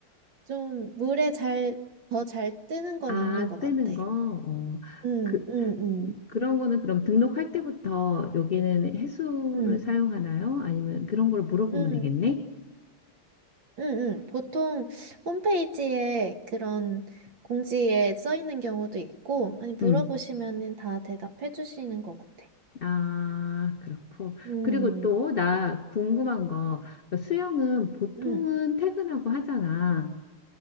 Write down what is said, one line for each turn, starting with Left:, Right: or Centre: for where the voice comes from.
Right: 좀 물에 잘, 더 잘 뜨는 건
Left: 아,
Right: 있는 것 같아.
Left: 뜨는 거. 어,
Right: 응,
Left: 그,
Right: 응, 응,
Left: 그런 거는 그럼 등록할 때부터 여기는 해수를
Right: 응,
Left: 사용하나요? 아니면 그런 걸 물어보면
Right: 응,
Left: 되겠네?
Right: 응, 응. 보통 홈페이지에 그런 공지에 써 있는 경우도 있고, 아니, 물어보시면은
Left: 음.
Right: 다 대답해 주시는 것 같아.
Left: 아, 그렇고.
Right: 음,
Left: 그리고 또 나 궁금한 거. 수영은 보통은
Right: 음,
Left: 퇴근하고 하잖아.